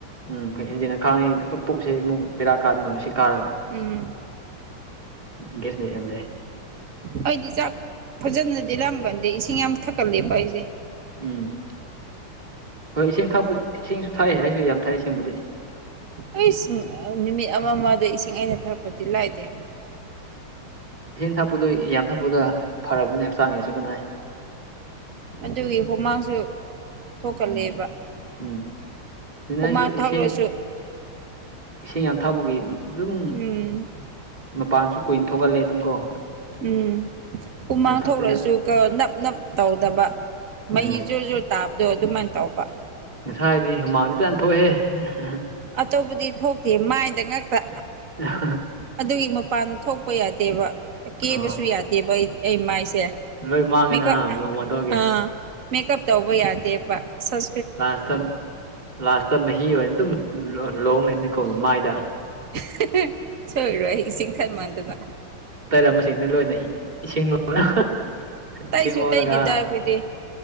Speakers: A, on the right (about 20°); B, on the right (about 45°).
A: ꯎꯝ ꯍꯦꯟꯖꯤꯟꯅꯥ ꯈꯥꯡꯉꯤ ꯄꯨꯛꯁꯦ ꯑꯃꯨꯛ ꯕꯔꯥ ꯀꯥꯔꯗꯧꯕꯥ ꯅꯨꯡꯁꯤꯠ ꯀꯥꯔꯒꯥ
B: ꯎꯝ
A: ꯒꯌꯥꯁ ꯂꯩꯔꯝꯗ°
B: ꯑꯩꯗꯤ ꯆꯥꯛ ꯐꯖꯅꯗꯤ ꯂꯥꯑꯒꯟꯗꯥꯗꯤ ꯏꯁꯤꯡ ꯌꯥꯝ ꯊꯛꯀꯠꯂꯦꯄꯥ ꯑꯩꯁꯦ꯫
A: ꯎꯝ ꯍꯣꯏ ꯏꯁꯤꯡ ꯊꯥꯛꯄ ꯏꯁꯤꯡꯁꯨ ꯊꯥꯛꯑ ꯑꯩꯁꯨ ꯌꯥꯝ ꯊꯥꯏ ꯏꯁꯤꯡꯕꯨꯗꯤ
B: ꯑꯏ ꯅꯨꯃꯤꯠ ꯑꯃꯥ ꯑꯃꯥꯗ ꯏꯁꯤꯡ ꯑꯩꯅ ꯊꯛꯄꯗꯤ ꯂꯥꯏꯗꯦ
A: ꯏꯁꯤꯡ ꯊꯛꯄꯗꯣ ꯌꯥꯝ ꯊꯛꯄꯗꫭ ꯐꯔꯝꯅꯤ ꯍꯛꯆꯥꯡꯒꯤꯁꯨ ꯀꯥꯅꯩ
B: ꯑꯗꯨꯒꯥ ꯍꯨꯃꯥꯡꯁꯨꯅꯤ ꯊꯣꯛꯀꯜꯂꯦꯕꯥ
A: ꯎꯝ ꯎꯝ ꯑꯗꯨꯅ
B: ꯎꯃꯥꯡ
A: ꯑꯩꯁꯨ
B: ꯊꫭꯛꯔꯁꯨ꯫
A: ꯏꯁꯤꯡ ꯏꯁꯤꯡ ꯌꯥꯝꯅ ꯊꯛꯄꯒꯤ ꯑꯗꯨꯝ
B: ꯎꯝ
A: ꯃꯄꯥꯟꯁꯨ ꯀꯨꯏꯅ ꯊꯣꯛꯍꯜꯂꯦꯕ ꯑꯗꯨꯒꯥ ꯀꯣ
B: ꯎꯝꯝ ꯍꯨꯃꯥꯡ
A: ꯊꯛꯄꯅꯤꯅ
B: ꯊꯣꯛꯂꯁꯨ ꯀꫭ ꯅꯞ ꯅꯞ ꯇꯧꯗꯕꯥ꯫ ꯃꯍꯤ
A: ꯎꯝ
B: ꯖꯣꯔ ꯖꯣꯔ ꯇꯥꯕꯗꯣ ꯑꯗꯨꯃꯥꯏꯅ ꯇꯧꯕ꯫
A: ꯉꯁꯥꯏꯗꯤ ꯍꯨꯃꯥꯡꯗꯤ ꯍꯖꯅꯥ ꯊꯣꯛꯑꯦ ꯍꯦ ꯍꯥꯍꯥ
B: ꯑꯇꯣꯞ ꯄꯗꯤ ꯊꯣꯛꯇꯦ ꯃꯥꯏꯗꯥ ꯉꯛꯇꯥ꯫
A: <unintelligible> <inaudible>
B: ꯑꯗꯨꯒꯤ ꯃꯄꯥꯟ ꯊꯣꯛꯄꯥꯁꯨ ꯌꯥꯗꯦꯕꯥ ꯀꯦꯕꯁꯨ
A: ꯑꯣ
B: ꯌꯥꯗꯦꯕꯥ ꯑꯩꯒꯤ ꯃꯥꯏꯁꯦ
A: ꯂꯣꯏ ꯃꯥꯡꯉꯦ
B: ꯃꯦꯀꯞ
A: ꯅꯍꯥ ꯃꯣꯇꯣꯔꯒꯤ
B: ꯑꯥꯑ ꯃꯦꯀꯞ ꯇꯧꯕ ꯌꯥꯗꯦꯕꯥ ꯁꯟ
A: ꯂꯥꯁꯇ ꯂꯥꯁꯇ ꯃꯍꯤ ꯑꯣꯏꯅ ꯑꯗꯨꯝ ꯔꫭꯡ ꯂꯩꯅꯤꯀꯣ ꯃꯥꯏꯗꯥ꯫
B: ꯍꯤꯍꯤ ꯁꯣꯏꯔꯣꯏ ꯑꯩ ꯏꯁꯤꯡ ꯊꯟꯃꯥꯟꯗꯅꯥ꯫
A: ꯇꯩꯔꯝꯕꯥ ꯁꯤꯡꯗꯨ ꯂꯣꯏꯅ ꯏꯁꯤꯡ ꯂꯣꯒ
B: ꯇꯩꯁꯨ
A: ꯏꯁꯤꯡ ꯑꯣꯉꯒꯥ꯫
B: ꯇꯩꯗꯦꯗ ꯑꯩꯈꯣꯏꯗꯤ